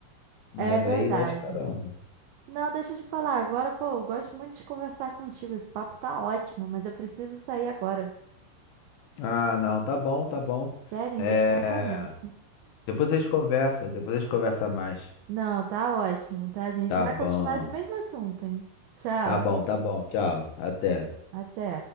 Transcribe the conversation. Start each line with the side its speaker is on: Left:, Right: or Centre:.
Left: mas
Right: É verdade.
Left: aí vai de cada um.
Right: Não, deixa eu te falar agora, pô, eu gosto muito de conversar contigo. Esse papo tá ótimo, mas eu preciso sair agora.
Left: Ah, não, tá bom, tá bom.
Right: Sério, ainda
Left: É,
Right: vai correndo.
Left: depois a gente conversa, depois a gente conversa mais.
Right: Não, tá ótimo, tá? A gente
Left: Tá
Right: vai
Left: bom,
Right: continuar esse mesmo assunto, hein? Tchau.
Left: tá bom, tá bom, tchau, até.
Right: Até.